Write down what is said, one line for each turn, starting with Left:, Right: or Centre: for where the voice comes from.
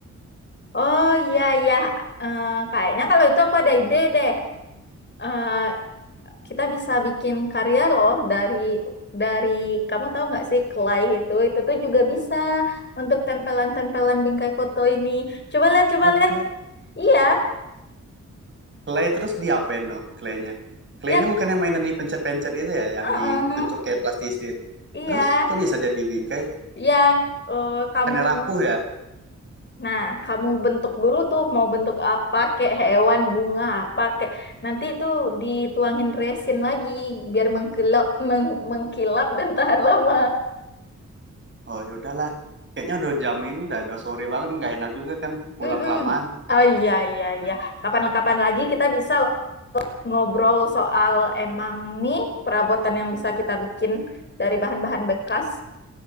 Left: Oh iya iya, Eh, kayaknya kalau itu aku ada ide deh. Eh, kita bisa bikin karya loh dari dari kamu tahu nggak sih clay itu itu tuh juga bisa untuk tempelan-tempelan bingkai foto ini. Coba lihat coba
Right: oh
Left: lihat.
Right: clay
Left: Iya
Right: clay terus diapain no claynya clay
Left: ya,
Right: ini bukannya mainan dipencet-pencet itu ya yang
Left: mm-mm.
Right: dibentuk kayak plastisin
Left: Iya
Right: terus kok bisa jadi bingkai
Left: ya. eh, kamu
Right: bukannya rapuh ya
Left: Nah, kamu bentuk dulu tuh mau bentuk apa kayak hewan, bunga apa kayak nanti itu dituangin resin lagi biar mengkilap meng- mengkilap dan tahan lama.
Right: Oh ya udahlah. Kayaknya udah jam ini, udah, udah sore banget, nggak enak juga kan pulang
Left: Mm-mm.
Right: kelamaan.
Left: Oh iya iya iya. Kapan-kapan lagi kita bisa ngobrol soal emang nih perabotan yang bisa kita bikin dari bahan-bahan bekas.